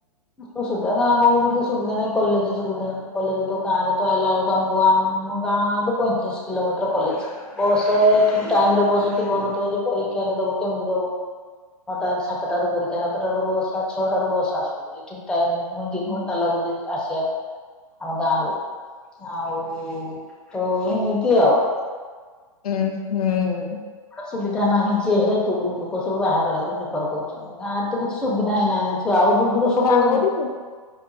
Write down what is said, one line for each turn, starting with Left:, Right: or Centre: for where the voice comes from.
Centre: । ତ ସେଟା ଗାଁ ଗହଳି ରେ ବି ଟିକେ ସୁବିଧା ନାଇଁ କଲେଜ ସୁବଧା କଲେଜ ତ ଗାଁରେ ତ ଆଇଲା ବେଳକୁ ଆମକୁ ଆମ ଗାଁ । ଠୁ ପଇଁତିରିଶ କିଲୋମିଟର କଲେଜ ବସ୍ ଠିକ୍ ଟାଇମ ରେ ବସ୍ ଥିବ ନଥିବା ଯଦି ପରୀକ୍ଷା ଟେ ଦବୁ । କେମିତି ଦବୁ । ଛଟା ସାତଟା ରୁ ପରୀକ୍ଷା ସାତଟାରୁ ତ ବସ୍ ଛଅଟାରୁ ବସ୍ ଆସୁଛି ଇଏ ଠିକ୍ ଟାଇମ ରେ ତ ପୁଣି ଦି ଘଣ୍ଟା ଲାଗୁଛି। ଆସିବା ପାଇଁ ଆମ ଗାଁ ରୁ । ଆଉ ତୋ ଏମିତି ଆଉ ।
Left: ଉଁ ହୁଁ ।
Centre: ସୁବିଧା ନାହିଁ ଯେହେତୁ ଲୋକ ସବୁ ବାହାର ରହିବାକୁ ପ୍ରିଫର କରୁଛନ୍ତି ଗାଁରେ ତ କିଛି ସୁବିଧା ହିଁ ନାହିଁ । ସେ ଆଉ ଯୋଉ ତିକ
Left: ତମ
Centre: ସୁବୁ
Left: ଗାଁ
Centre: ରଇ
Left: କୋଉଠି କି